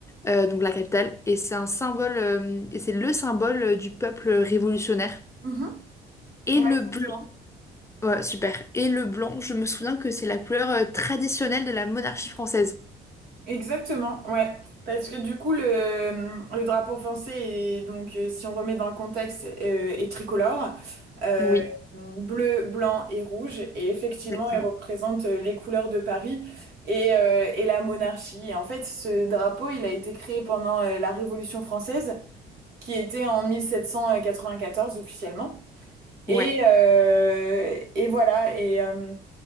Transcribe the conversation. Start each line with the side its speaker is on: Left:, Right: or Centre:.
Left: euh, donc la capitale. Et c'est un symbole, euh, et c'est le symbole euh, du peuple révolutionnaire.
Right: Mhm.
Left: Et
Right: Ouais,
Left: le
Right: exactement.
Left: bleu. Ouais, super. Et le blanc, je me souviens que c'est la couleur euh, traditionnelle de la monarchie française.
Right: Exactement, ouais. Parce que du coup, le, le drapeau français est donc, euh, si on remet dans le contexte, euh, est tricolore, euh,
Left: Oui,
Right: bleu, blanc et rouge. Et effectivement,
Left: exactement.
Right: il représente euh, les couleurs de Paris et, euh, et la monarchie. Et en fait, ce drapeau, il a été créé pendant euh, la Révolution française, qui était en 1794 officiellement. Et,
Left: Ouais,
Right: euh, et voilà. Et, euh,